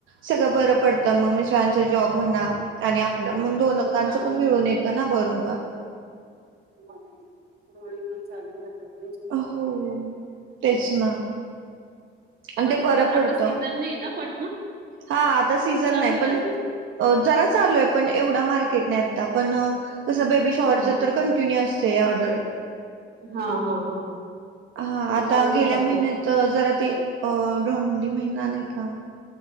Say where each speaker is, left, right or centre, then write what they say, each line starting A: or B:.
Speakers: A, on the right; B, on the right.
A: सगळं बाहेरं पडतं मग मिस्टरांचा जॉब म्हणा आणि आप्. मगं दोन गांचं
B: हा
A: पण मिळून
B: हा
A: येतं नां बरोबरं.
B: बरं दोळे पण चालू राहातातं.
A: होंअ तेचं नां. अन्ं ते
B: आता
A: बरं
B: तर
A: पडतं
B: आता सीझन नाही ना पण मग
A: हां आता. सीझन
B: की चालू
A: नाही
B: आहे
A: पणं.
B: अजून
A: ओवं जरा चालू आहे. पणं एवढा मार्केट नाही. आता पणं कसं बेबी शॉरच
B: हा
A: कं जूनी असते ऑडर
B: हा हा हा हा
A: हं
B: ते
A: आतां
B: चालूच
A: गेल्या
B: राहता.
A: महिन्यात. तर् जरा् तें अं धोंडी महिना नाही कां?